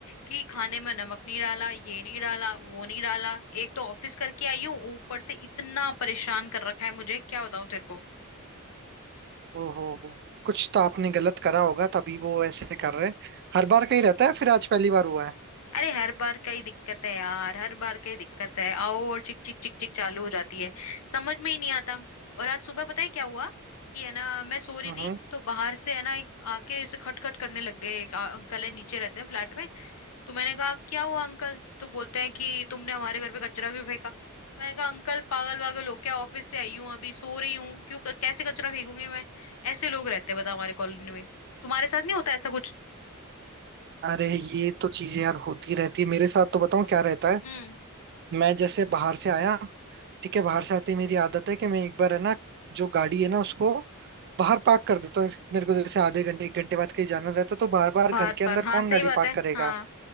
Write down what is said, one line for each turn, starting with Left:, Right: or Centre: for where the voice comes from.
Left: कि खाने में नमक नहीं डाला ये नहीं डाला वो नहीं डाला एक तो ऑफिस करके आई हूँ ऊपर से इतना परेशान कर रखा है मुझे क्या बताऊं तेरे को
Right: ओहो हो कुछ तो आपने गलत करा होगा तभी वो ऐसे कर रहे हैं हर बार का ही रहता है फिर आज पहली बार हुआ है
Left: अरे हर बार का ही दिक्कत है यार हर बार का ही दिक्कत है आओ और चिक चिक चिक चिक चालू हो जाती है समझ में ही नहीं आता और आज सुबह पता है क्या हुआ कि है ना मैं सो रही
Right: हम्म
Left: थी
Right: हम्म।
Left: तो बाहर से है ना एक आके ऐसे खटखट करने लग गए एक आ- अंकल है नीचे रहते हैं फ्लैट में तो मैंने कहा क्या हुआ अंकल तो बोलते हैं कि तुमने हमारे घर पे कचरा क्यों फेंका मैंने कहा अंकल पागल वागल हो क्या ऑफिस से आई हूँ अभी सो रही हूँ क्यों कैसे कचरा फेंकूंगी मैं ऐसे लोग रहते हैं बता हमारे कॉलोनी में तुम्हारे साथ नहीं होता ऐसा कुछ
Right: अरे ये तो चीजें यार होती रहती है मेरे साथ तो बताऊं क्या रहता है
Left: हम्म
Right: मैं जैसे बाहर से आया ठीक है बाहर से आते ही मेरी आदत है कि मैं एक बार है ना जो गाड़ी है ना उसको बाहर पार्क कर देता हूँ मेरे को जैसे आधे घंटे एक घंटे बाद कहीं जाना रहता है तो बार बार
Left: बाहर
Right: घर के अंदर
Left: पर हाँ
Right: कौन
Left: सही
Right: गाड़ी
Left: बात
Right: पार्क
Left: है
Right: करेगा
Left: हाँ